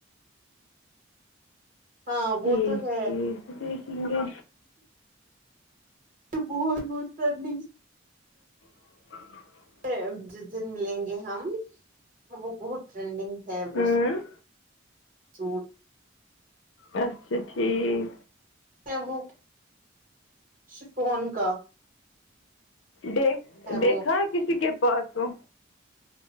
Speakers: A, on the right (about 45°); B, on the left (about 90°).
A: ہاں وہ
B: ٹھیک
A: تو ہے
B: ٹھیک دیکھیں گے
A: تو بہت بہت کرنی
B: <inaudible>
A: کے جس دن ملیں گے ہم وہ بہت ٹرینڈنگ ہے وہ
B: ہوں
A: سوٹ
B: اچھا ٹھیک
A: ہے وہ شفون کا
B: دیکھ
A: ہے
B: دیکھا
A: وہ
B: کسی کے پاس ہو